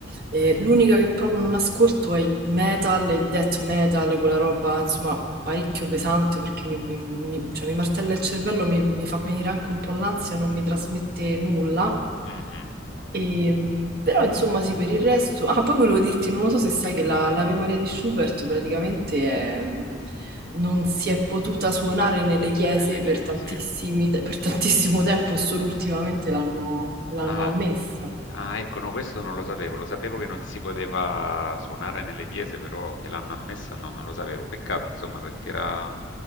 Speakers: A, on the right; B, on the left.
A: Eh, l'unica che proprio non ascolto è il metal, e il death metal, quella roba insomma parecchio pesante perché mi, mi- mi- cioè, mi martella il cervello, mi, mi fa venire anche un po' l'ansia, non mi trasmette nulla.
B: Mh-mh.
A: Ehm, però insomma sì, per il resto... Ah, poi volevo dirti, non lo so se sai che la- l'Ave Maria di Schubert praticamente è- mm, non si è potuta suonare nelle chiese
B: Nelle chiese,
A: per tantissimi-
B: sì.
A: per tantissimo tempo e solo ultimamente l'hanno l'hanno
B: Ah.
A: ammessa.
B: Ah, ecco, no, questo non lo sapevo. Lo sapevo che non si poteva suonare nelle chiese, però che l'hanno ammessa no, non lo sapevo. Peccato, insomma, perché era